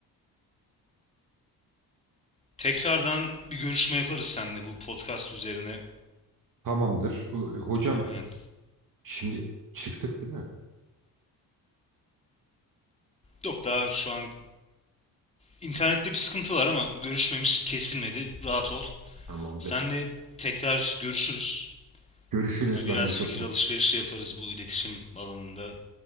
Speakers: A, on the left (about 15°); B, on the right (about 55°).
A: Tekrardan bir görüşme yaparız seninle bu podcast üzerine.
B: Tamamdır. Ö- Hocam
A: Aynen.
B: şimdi çıktık değil mi?
A: Yok daha şu an internette bir sıkıntı var ama görüşmemiz kesilmedi. Rahat ol.
B: Tamamdır.
A: Seninle tekrar görüşürüz.
B: Görüşürüz.
A: Yani biraz
B: Ben de çok
A: fikir alışverişi yaparız bu iletişim alanında.